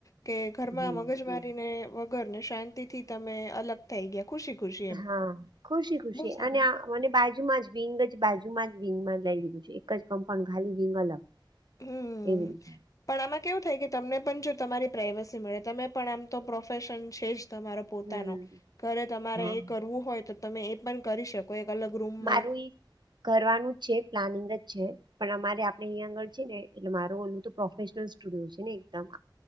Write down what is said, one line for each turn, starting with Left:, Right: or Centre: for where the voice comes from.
Left: કે ઘરમાં
Right: હમ
Left: મગજ મારીને વગર ને શાંતિ થી તમે અલગ થઈ ગયા. ખુશી ખુશી એમ.
Right: હા ખુશી ખુશી
Left: બહુ સારી
Right: અને મ બાજુમાં જ વિંગ જ બાજુમાં જ. વિંગ માં જ લઈ દીધું છે એક જ કમ્પાઉન્ડ ખાલી વિંગ અલગ
Left: હમ્મ.
Right: એવી રીતે.
Left: પણ આમાં કેવું થાય કે તમને પણ જો તમારી પ્રાઇવસી મળે તમે પણ આમ તો પ્રોફેશન છે જ. તમારો પોતાનો
Right: હમ
Left: ઘરે તમારે
Right: હા
Left: એ કરવું હોય તો તમે એ પણ કરી શકો. એક અલગ રૂમમાં
Right: મારું કરવાનું જ છે પ્લાનિંગ જ છે. પણ અમારે આપડે અહીંયા આગળ છે ને એટલે માર તો પ્રોફેશનલ સ્ટુડિયો છે ને એકમ.